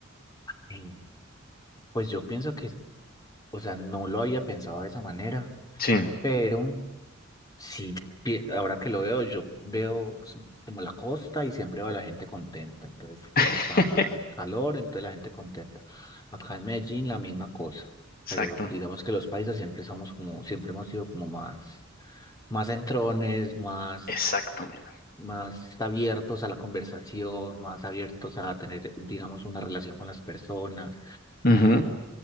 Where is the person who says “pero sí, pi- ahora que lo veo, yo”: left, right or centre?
Left